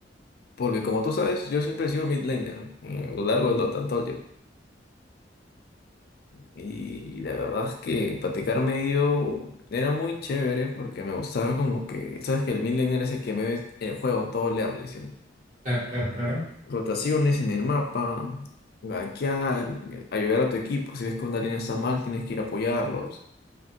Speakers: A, on the left (about 55°); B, on the right (about 45°).
A: Porque como tú sabes, yo siempre he sido mid laner eh, a lo largo de lo tanto yo. Y la verdad es que platicar medio era muy chévere porque me gustaba como que, sabes que el mid laner es el que me ve el juego todo leerle, ¿sí no?
B: Claro, claro, claro.
A: Rotaciones en el mapa, gankear, eh, ayudar a tu equipo, si ves que una línea está mal, tienes que ir a apoyarlos.